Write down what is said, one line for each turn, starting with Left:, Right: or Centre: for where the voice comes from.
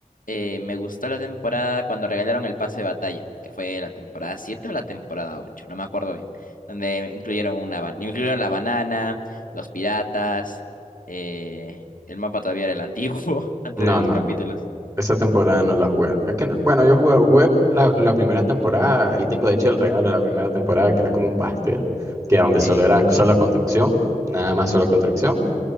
Left: eh, me gustó la temporada cuando regalaron el pase de batalla, que fue la temporada 7 o la temporada 8, no me acuerdo bien, donde incluyeron una, ba- incluyeron la banana, los piratas, eh, el mapa todavía era el antiguo, <laughs> antes
Right: No,
Left: de los
Right: no,
Left: capítulos.
Right: esa temporada no la jugué. Es que, no- bueno, yo jugué, jugué la, la primera temporada, ahí tengo de hecho el regalo de la primera temporada, que era como un pastel, que donde solo
Left: sí.
Right: era solo construcción, nada más solo construcción.